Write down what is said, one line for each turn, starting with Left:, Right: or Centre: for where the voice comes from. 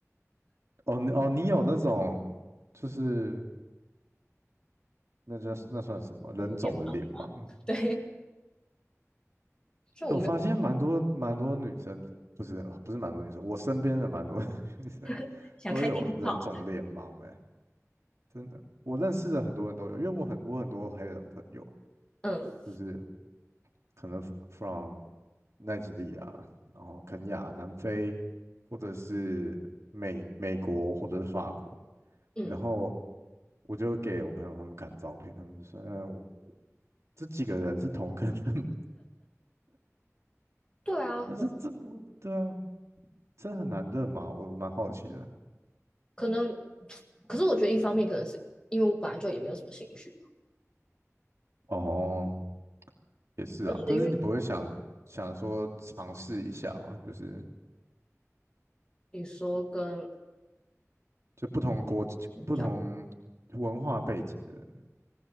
Right: 哦你哦，你有那种，就是那叫那算什么人种的脸盲？
Left: 有点忙。对，就我没有
Right: 诶我发现蛮多蛮多女生，不是不是蛮多女生，我身边的蛮多 <laughs> 女生
Left: <laughs> 想开地图炮啊？
Right: 都有人种脸盲、欸哎，真的，我认识的很多人都有，因为我很我很多黑人朋友，
Left: 嗯
Right: 就是可能 f- r o m 奈及利亚，然后肯亚、南非，或者是美美国，或者是法国。
Left: 嗯，
Right: 然后我就给我朋友他们看照片，他们就说：“嗯、我这几个人是同个人吗？”
Left: 对啊，
Right: <laughs> 那这这不对啊，
Left: 我
Right: 真的很难认吗？我我蛮好奇的。
Left: 可能，可是我觉得一方面可能是因为我本来就也没有什么兴趣
Right: 哦，也是啊，
Left: 而且因为
Right: 但是你不会想想说尝试一下嘛？就是
Left: 你说跟
Right: 就不同国、
Left: 嗯家
Right: 不同文化背景的人。